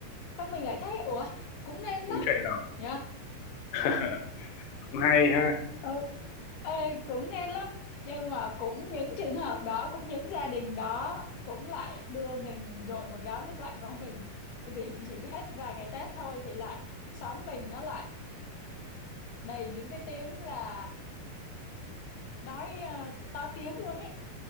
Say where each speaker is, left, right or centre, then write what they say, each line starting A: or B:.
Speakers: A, on the left; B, on the left.
A: xong mình lại thấy ủa cũng nên lắm
B: cũng chạy lòng
A: nhỉ
B: <laughs> cũng hay ha
A: ừ. Ê, cũng nên lắm nhưng mà cũng những trường hợp đó cũng những gia đình đó cũng lại đưa mình dội một gáo nước lạnh vào mình tại vì chỉ hết vài ngày Tết thôi thì lại xóm mình nó lại đầy những cái tiếng là nói ờ, to tiếng luôn ấy